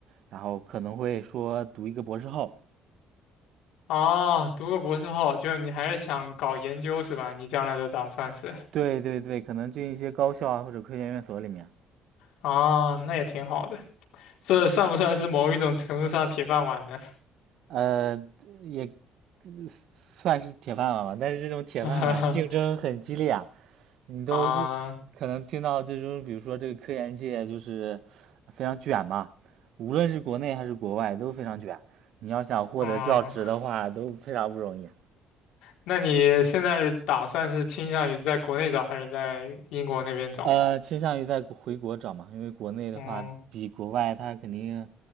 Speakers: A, on the right; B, on the left.
A: 然后可能会说读一个博士后，
B: 啊，读个博士后，就是你还是想搞研究是吧？你将来的打算是？
A: 对对对，可能进一些高校啊或者科研院所里面。
B: 啊，那也挺好的。这算不算是某一种程度上铁饭碗呢？
A: 呃，也算是铁饭碗吧，但是这种铁饭碗竞争很激烈啊，
B: <laughs>
A: 你都
B: 啊，
A: 可能听到这种，比如说这个科研界就是非常卷嘛，无论是国内还是国外都非常卷。你要想获得教职的话，
B: 嗯，
A: 都非常不容易。
B: 那你现在是打算是倾向于在国内找还是在英国那边找呢？
A: 呃，倾向于在国回国找嘛，因为国内的话比国外它肯定，
B: 嗯，